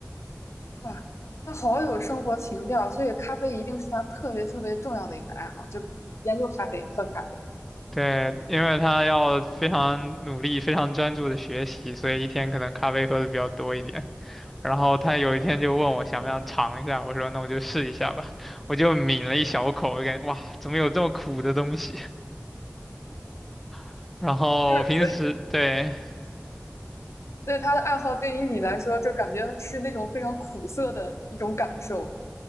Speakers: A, on the left (about 80°); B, in the centre.
A: 哇，他好有生活情调，所以咖啡一定是他特别特别重要的一个爱好，就研究咖啡、喝咖啡，
B: 对，因为他要非常努力、非常专注的学习，所以一天可能咖啡喝的比较多一点。然后他有一天就问我想不想尝一下，我说那我就试一下吧，我就抿了一小口，我感觉哇，怎么有这么苦的东西？<laughs> 然后我平时对
A: 就是对他的爱好，对于你来说，就感觉是那种非常苦涩的一种感受，